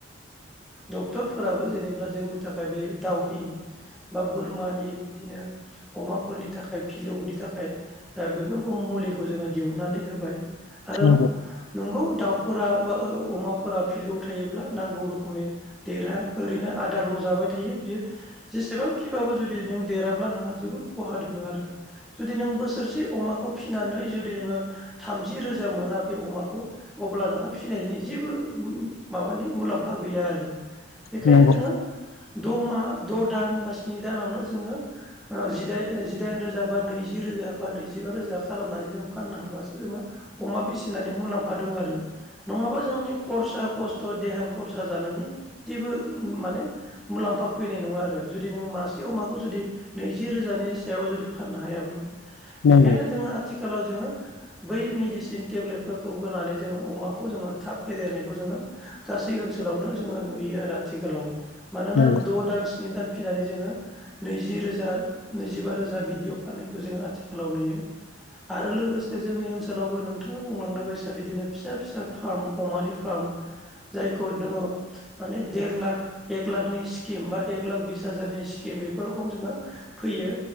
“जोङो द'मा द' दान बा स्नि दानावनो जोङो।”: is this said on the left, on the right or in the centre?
Centre